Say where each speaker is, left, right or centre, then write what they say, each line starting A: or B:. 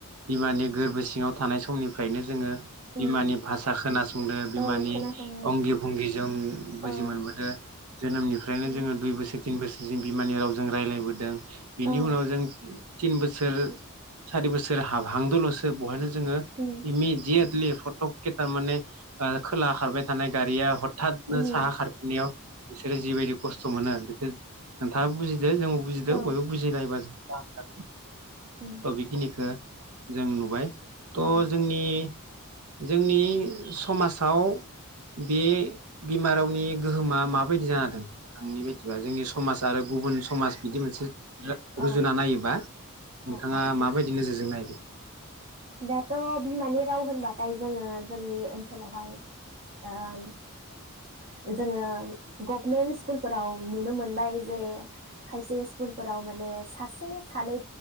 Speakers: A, on the right; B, on the right.
A: बिमानि गोरबो सिङाव थानाय समनिफ्रायनो जोङो।
B: उम
A: बिमानि भासा खोनासंदों। बिमानि
B: औ खोनासङो
A: अंगि भंगि जों बुजि
B: औ
A: मोनबोदों जोनोमनिफ्रायनो
B: औ
A: जोङो दुइ बोसोर। तिन बोसोरसिम बिमानि रावजों रायलायबोदों। बेनि
B: औ
A: उनाव जों तिन बोसोर सारि बोसोर हाबहां दों लसो। सो बहायनो जोङो
B: उम
A: इमिदियेटलि फटक खेटा माने। ओ खोला खारबाय थानाय गारिया हथ थादनो
B: उम
A: साहा खारफिनायाव बिसोरो जिबायदि खस्थ मोनो बेखौ नोंथाङा बुजि जे जोंबो बुजिदों
B: औ
A: बयबो बुजिलायोबा <unintelligible> <unintelligible>
B: उम
A: थ बेखिनिखौ जों नुबाय थ
B: औ
A: जोंनि जोंनि समाजाव बे बिमा रावनि गोहोमा माबायदि जाना दं नोंथांनि बायदिबा जोंनि समाज आरो गुबुन समाज बिदि मोनसे
B: औ
A: रुजुना नायोबा नोंथाङा
B: औ औ
A: माबायदि नोजोर जों नायो
B: दाथ' बिमानि राव होनबाथाय जोंयो जोंनि ओनसोलावहाइ ओ जोंङो गबमेनथ सिखुलफोराव नुनो मोनाय जोंङो खायसे सिखुलफोरावहाइ सांसे सानै